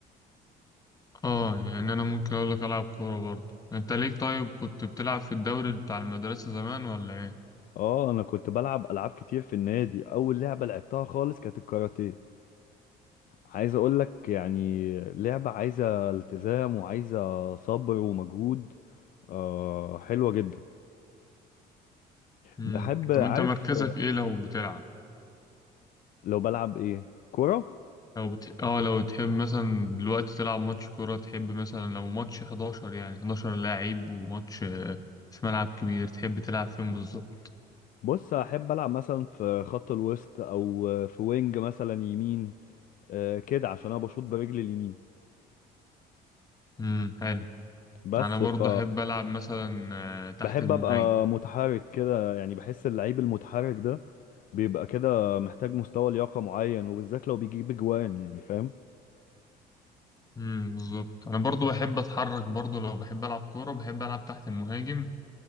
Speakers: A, on the left (about 20°); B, on the left (about 55°).
A: اه يعني انا ممكن اقول لك العب كوره برضه انت ليك طيب كنت بتلعب في الدوري بتاع المدرسه زمان ولا ايه
B: اه انا كنت بلعب العاب كتير في النادي اول لعبة لعبتها خالص كانت الكاراتيه عايز اقول لك يعني لعبة عايزة التزام وعايزة صبر ومجهود آه حلوة جدا
A: امم
B: بحب عارف
A: طب انت مركزك ايه لو بتلعب
B: لو بلعب ايه كورة
A: لو بت... اه لو تحب مثلا دلوقتي تلعب ماتش كوره تحب مثلا لو ماتش 11 يعني 11 لاعب وماتش آه، في ملعب كبير تحب تلعب فين بالظبط
B: بص احب العب مثلا في خط الوسط او في وينج مثلا يمين آه، كده عشان انا بشوط برجلي اليمين
A: امم حلو
B: بس
A: انا برضه
B: ف
A: احب العب مثلا آه، تحت
B: بحب
A: المهاجم
B: ابقى متحرك كده يعني بحس اللعيب المتحرك ده بيبقى كده محتاج مستوى لياقة معين وبالذات لو بيجيب اجوان يعني فاهم
A: امم بالظبط انا برضه بحب اتحرك برضه لو بحب العب كوره بحب العب تحت المهاجم